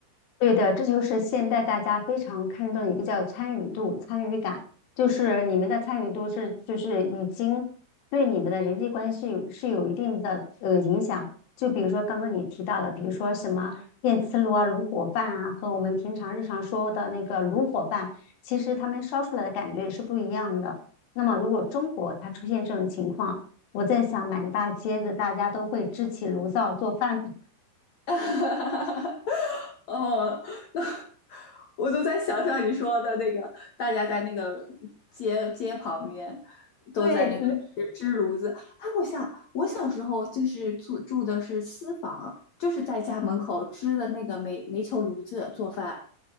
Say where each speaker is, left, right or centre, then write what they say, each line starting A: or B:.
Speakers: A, on the left (about 80°); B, on the left (about 60°).
A: 对的，这就是现在大家非常看重的一个叫参与度、参与感，就是你们的参与度是就是已经对你们的人际关系有是有一定的呃影响。就比如说刚刚你提到的，比如说什么电磁炉啊、炉火饭啊，和我们平常日常说的那个炉火饭，其实他们烧出来的感觉也是不一样的。那么如果中国它出现这种情况，我在想满大街的大家都会支起炉灶做饭。<laughs>
B: <laughs> 哦，那我都在想象你说的那个，大家在那个街街旁边都在那个支支炉子。
A: 对，嗯
B: 哎，我想我小时候就是住住的是私房，就是在家门口支的那个煤煤球炉子做饭，